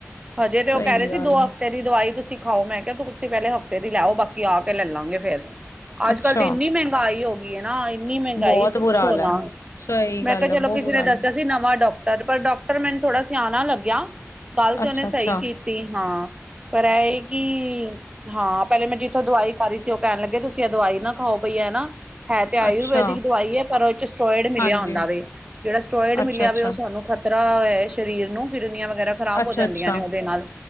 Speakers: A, on the right; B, on the left.
A: ਹਜੇ ਤੇ
B: ਸਹੀ
A: ਉਹ ਕਹਿ ਰਹੇ ਸੀ,
B: ਗੱਲ
A: ਦੋ
B: ਆ
A: ਹਫ਼ਤੇ ਏਦੀ ਦਵਾਈ ਤੁਸੀਂ ਖਾਓ, ਮੈਂ ਕਿਹਾ ਤੁਸੀਂ ਪਹਿਲੇ ਹਫ਼ਤੇ ਦੀ ਲੈਓ, ਬਾਕੀ ਆ ਕੇ ਲੈ ਲਾਂਗੇ ਫੇਰ। ਅੱਜ
B: ਅੱਛਾ
A: ਕੱਲ੍ਹ ਤੇ ਇੰਨੀ ਮਹਿੰਗਾਈ ਹੋ ਗਈ ਹੈ ਨਾ। ਇੰਨੀ ਮਹਿੰਗਾਈ
B: ਬਹੁਤ
A: ਪੁੱਛੋ
B: ਬੁਰਾ ਹਾਲ
A: ਨਾ,
B: ਹੈ ਸਹੀ
A: ਮੈਂ
B: ਗੱਲ
A: ਕਿਹਾ ਚਲੋ
B: ਹੈ ਬਹੁਤ
A: ਕਿਸੇ
B: ਬੁਰਾ
A: ਨੇ
B: ਹਾਲ
A: ਦੱਸਿਆ ਸੀ ਨਵਾਂ ਡਾਕ ਪਰ ਡਾਕਟਰ ਮੈਨੂੰ, ਥੋੜ੍ਹਾ ਸੀ ਸਿਆਣਾ ਲੱਗਿਆ।
B: ਹੈ
A: ਗੱਲ ਤੇ
B: ਅੱਛਾ
A: ਉਹਨੇ ਸਹੀ
B: ਅੱਛਾ
A: ਕੀਤੀ, ਹਾਂ, ਪਰ ਇਹ ਹੈ ਕਿ ਹਾਂ ਪਹਿਲੇ ਮੈਂ ਜਿੱਥੋਂ ਦਵਾਈ ਖਾ ਰਹੀ ਸੀ, ਉਹ ਕਹਿਣ ਲੱਗੇ ਤੁਸੀਂ ਇਹ ਦਵਾਈ ਨਾ ਖਾਓ, ਬਈ ਹੈ ਨਾ। ਹੈ ਤੇ ਆਯੁਰਵੈਦਿਕ
B: ਅੱਛਾ
A: ਦਵਾਈ ਹੈ, ਪਰ ਉਹ ਚ ਸਟੋਇਡ ਮਿਲਿਆ
B: ਹਾਂਜੀ
A: ਹੁੰਦਾ ਵੇ। ਜਿਹੜਾ ਸਟੋਇਡ
B: ਅੱਛਾ
A: ਮਿਲਿਆ
B: ਅੱਛਾ
A: ਵੇ, ਉਹ ਸਾਨੂੰ ਖ ਖਤਰ੍ਹਾਂ ਐ ਸਰੀਰ ਨੂੰ, ਕਿਡਨੀਆਂ ਵਗੈਰਾ ਖ਼ਰਾਬ
B: ਅੱਛਾ
A: ਹੋ ਜਾਂਦੀਆਂ
B: ਅੱਛਾ
A: ਨੇ ਉਹਦੇ ਨਾਲ,